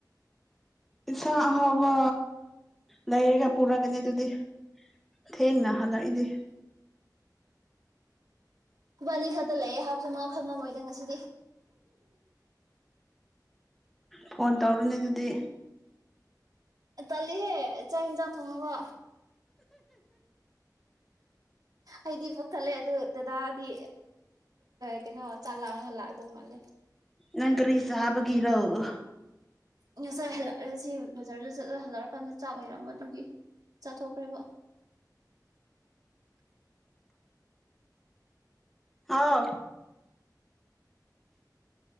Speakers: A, in the centre; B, on the right (about 60°).
A: ꯏꯁꯥ ꯑꯐꯥꯎꯕ ꯂꯩꯔꯒ ꯄꯨꯔꯛꯒꯅꯤ ꯑꯗꯨꯗꯤ ꯊꯦꯡꯅ ꯍꯜꯂꯛꯏꯗꯤ
B: ꯅꯨꯄꯥꯅꯤ ꯈꯛꯇ ꯂꯩꯌꯦꯦ ꯍꯥꯏꯕꯁꯨ ꯃꯥ ꯈꯪꯉꯝꯃꯣꯏꯗ ꯉꯁꯤꯗꯤ
A: ꯐꯣꯟ ꯇꯧꯔꯨꯅꯦ ꯑꯗꯨꯗꯤ
B: ꯇꯜꯂꯤꯍꯦ ꯆꯥꯛ ꯌꯦꯟꯁꯥꯡ ꯊꯣꯡꯅꯕ ꯑꯩꯗꯤ ꯄꯣꯛꯊꯠꯂꯦ ꯑꯗꯨ ꯗꯗꯥꯗꯤ ꯀꯩꯅꯣ ꯆꯥꯛ ꯂꯥꯛꯔꯒ ꯂꯥꯛꯗꯧ ꯃꯥꯜꯂꯦ
A: ꯅꯪ ꯀꯔꯤ ꯆꯥꯕꯒꯤꯔꯣ
B: ꯉꯁꯥꯏ ꯍꯜꯂꯛꯑꯦ ꯁꯤ ꯕꯖꯥꯔꯗ ꯆꯠꯂ ꯍꯜꯂꯛꯑꯀꯥꯟꯗ ꯆꯥꯛ ꯂꯩꯩꯔꯝꯕ ꯑꯗꯨꯒꯤ ꯆꯥꯊꯣꯛꯈ꯭ꯔꯦꯕ
A: ꯑꯥꯎ